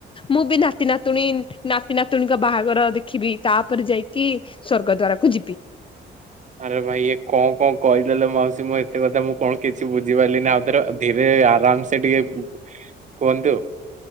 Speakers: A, on the left; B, on the right.
A: ମୁଁ ବି ନାତି ନାତୁଣୀ, ନାତି ନାତୁଣୀଙ୍କ ବାହାଘର ଦେଖିବି। ତାପରେ ଯାଇକି ସ୍ଵର୍ଗଦ୍ୱାର କୁ ଯିବି।
B: ଆରେ ଭାଇ ଏ କଣ କଣ କହିଦେଲେ ମାଉସୀ, ମୋ ଏତେ କଥା ମୁଁ କଣ କିଛି ବୁଝିପାରିଲିନି। ଆଉଥରେ ଧୀରେ ଆରାମସେ ଟିକେ କୁହନ୍ତୁ।